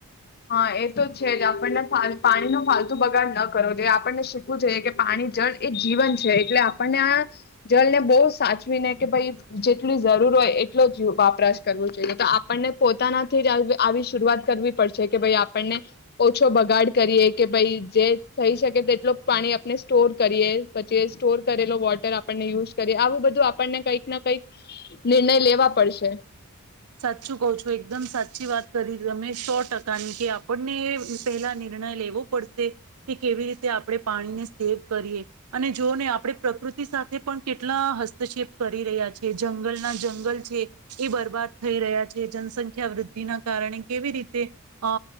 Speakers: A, on the left (about 45°); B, on the right (about 85°).
A: હા એ તો છે જ આપણને પાણી નો ફાલતુ બગાડ ન કરો જે આપણને શીખવું જોઈએ કે પાણી જળ એ જીવન છે એટલે આપણને આ જલને બહુ સાચવીને કે ભાઈ જેટલી જરૂર હોય એટલો જ વપરાશ કરવો જોઈએ તો આપણને પોતાનાથી જ આવ આવી શરૂઆત કરવી પડશે કે ભાઈ આપણને ઓછો બગાડ કરીએ કે ભાઈ જે થઈ શકે તેટલ પાણી આપણે સ્ટોર કરીએ પછી સ્ટોર કરેલો વોટર આપણને યુઝ કરીએ આવું બધું આપણને કંઈક ના કઈક નિર્ણય લેવા પડશે
B: સાચું કહ છું એકદમ સાચી વાત કરી તમે સો ટકાની કે આપણને પહેલા નિર્ણય લેવો પડશે કે કેવી રીતે આપણે પાણીને સેવ કરીએ અને જોઓ ને આપણે પ્રકૃતિ સાથે પણ કેટલા હસ્તક્ષેપ કરી રહ્યા છે જંગલના જંગલ છે એ બરબાદ થઈ રહ્યા છે જનસંખ્યા વૃદ્ધિના કારણે કેવી રીતે અ